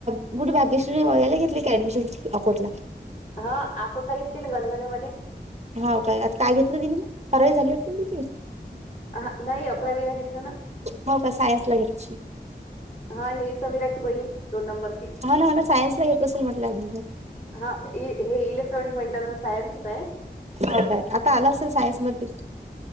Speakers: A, on the right; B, on the left.
A: गुड भाग्यश्री गोव्याला घेतली काय ॲडमिशन अकोटला?
B: हा आकोटला घेतली ना गणगनेमध्ये
A: हो काय आता काय घेतलं तिने म करावी झाली होटते त्या
B: ह नाही अकरावीला घेतलं ना
A: हो का सायन्स ला घेतची
B: हा ही समीराची बहीण दोन नंबरची
A: हो ना हो ना सायन्सला घेत असेल म्हटलं ॲडमिशन
B: हा हे इलेक्ट्रॉनिक मेंटेन्स सायन्स होत आहे.
A: हाव काय? आता आलं असेल सायनस मध्ये